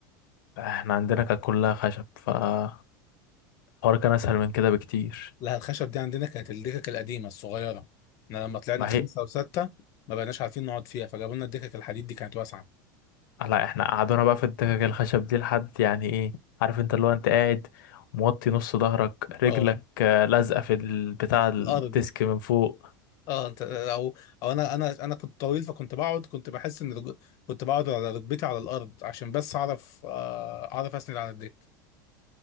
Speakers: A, on the left; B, on the left.
A: احنا عندنا كانت كلها خشب فالحوار كان اسهل من كده بكتير
B: لا الخشب دي عندنا كانت الدكك القديمة الصغيرة احنا لما طلعنا
A: ما
B: خمسة
A: هي
B: وستة ما بقناش عارفين نقعد فيها فجابوا لنا الدكك الحديد دي كانت واسعة
A: لا احنا قعدونا بقى في الدكك الخشب دي لحد يعني ايه عارف انت اللي هو انت قاعد موطي نص ظهرك
B: اه
A: رجلك آه، لازقة في ال- بتاع الديسك
B: الأرض
A: من فوق
B: اه انت او او انا انا انا كنت طويل فكنت بقعد كنت بحس ان رج... كنت بقعد على ركبتي على الأرض عشان بس اعرف آه، اعرف اسند على الدكة